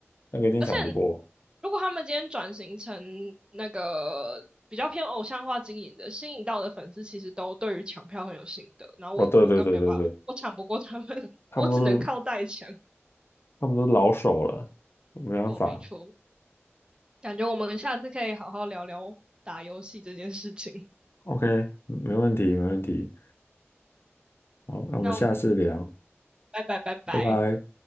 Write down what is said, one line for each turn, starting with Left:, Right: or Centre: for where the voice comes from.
Left: 那个一定抢不过，
Right: 而且如果他们今天转型成那个比较偏偶像化经营的，吸引到的粉丝其实都对于抢票很有心得，然后我我根本没有办法，
Left: 哦，对对对对对，
Right: 我抢不过他们，<laughs>
Left: 他们都是
Right: 我只能靠代抢，
Left: 他们都是老手了，没办法
Right: 我没错。感觉我们下次可以好好聊聊打游戏这件事情。
Left: ，OK，没问题没问题，好，那我们下次聊。
Right: 那我们拜拜拜拜。
Left: 拜拜。